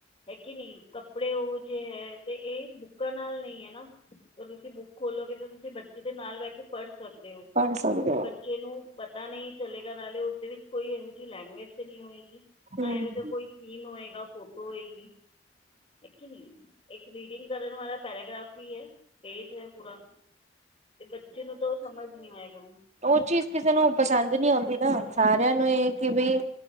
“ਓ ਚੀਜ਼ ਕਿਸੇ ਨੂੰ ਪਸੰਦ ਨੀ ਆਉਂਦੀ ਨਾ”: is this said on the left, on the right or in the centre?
Right